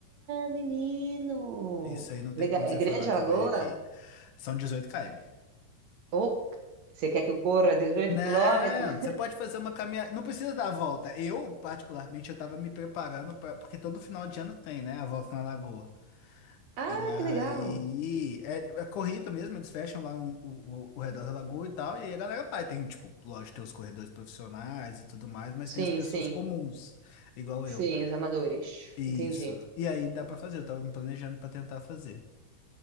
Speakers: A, on the right; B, on the left.
A: menino!
B: Isso aí não tem
A: Legal,
B: como
A: é
B: você
A: grande
B: falar
A: a
B: que
A: lagoa?
B: veio aqui. São dezoito km.
A: Ou você quer que eu corra 18
B: Não,
A: quilômetros?
B: você pode fazer uma caminhada. Não precisa dar a volta. Eu, particularmente, eu tava me preparando pra... porque todo final de ano tem, né? A volta na lagoa.
A: Ah,
B: E aí
A: que legal!
B: é, é corrida mesmo, eles fecham lá um- o, o, o redor da lagoa e tal, e aí a galera vai. Tem, um, tipo, lógico, tem os corredores profissionais e tudo mais, mas
A: Sim,
B: tem as pessoas
A: sim.
B: comuns, igual
A: Sim,
B: eu.
A: os amadores.
B: Isso.
A: Entendi.
B: E aí dá pra fazer, eu tava me planejando pra tentar fazer.